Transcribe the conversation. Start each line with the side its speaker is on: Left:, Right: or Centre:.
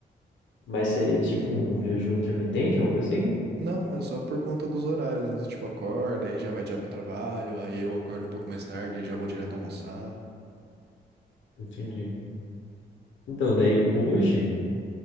Left: Mas seria tipo um jejum intermitente, alguma coisa assim?
Right: Não, é só por conta dos horários, né? Tipo, acorda, aí já vai direto pro trabalho, aí eu acordo um pouco mais tarde, aí já vou direto almoçar.
Left: Entendi. Então, daí hoje.